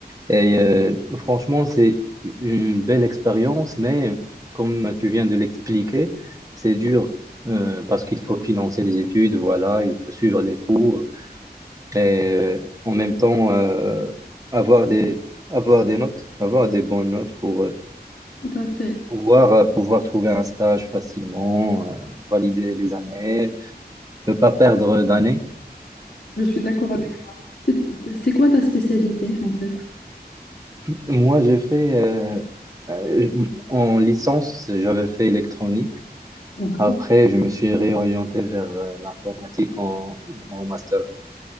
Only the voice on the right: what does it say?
Et euh, franchement, c'est une belle expérience, mais comme tu viens de l'expliquer, c'est dur euh, parce qu'il faut financer les études, voilà, il faut suivre les cours et euh, en même temps euh, avoir des, avoir des notes, avoir des bonnes notes pour euh,
pouvoir, euh, pouvoir trouver un stage facilement, euh, valider les années, ne pas perdre d'années.
Moi, j'ai fait euh, euh, en licence, j'avais fait électronique.
Après, je me suis réorienté vers euh, l'informatique en, en master.